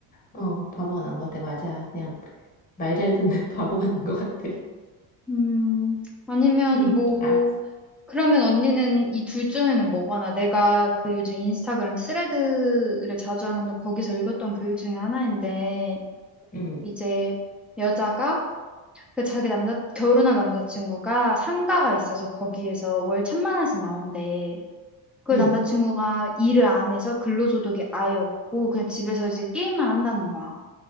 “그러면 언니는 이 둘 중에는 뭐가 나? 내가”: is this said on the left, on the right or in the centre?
Centre